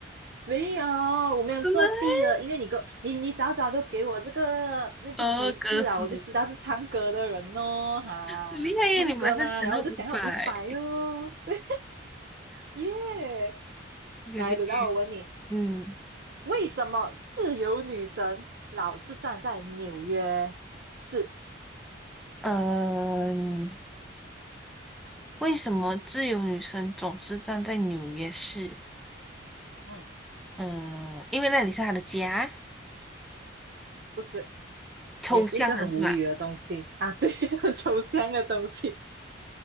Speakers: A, on the right; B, in the centre.
A: 没有，我没有作弊了，
B: 真的欸？
A: 因为你给我你你早早都给我这个那个提示啊，
B: 哦，歌手，
A: 我就知道是唱歌的人哦，哈，
B: 你厉害耶！
A: 唱歌嘛，
B: 你马上想到五百，
A: 然后我就想要五百哦，<laughs> 对，耶，
B: 可以可以可以
A: 来，轮到我问你，
B: 嗯
A: 为什么自由女神老是站在纽约？是，
B: 嗯，为什么自由女神总是站在纽约市？
A: 嗯，
B: 嗯，因为那里是她的家，
A: 不是，
B: 抽象的是吧？
A: 也是一个很无语的东西啊，对，<laughs> 很抽象的东西，